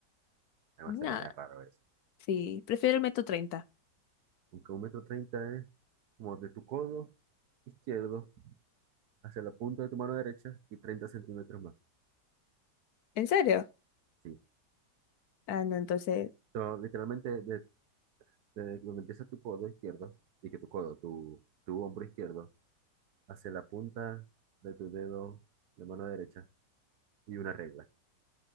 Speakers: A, on the right; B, on the left.
A: Además,
B: Nada,
A: sería raro eso.
B: sí, prefiero el metro treinta
A: Aunque un metro 30 es como de tu codo izquierdo hacia la punta de tu mano derecha y 30 centímetros más.
B: ¿En serio?
A: Sí,
B: Ah, no, entonces,
A: So, literalmente, de, de donde empieza tu codo izquierdo, y que tu codo, tu, tu hombro izquierdo, hacia la punta de tu dedo de mano derecha, y una regla, o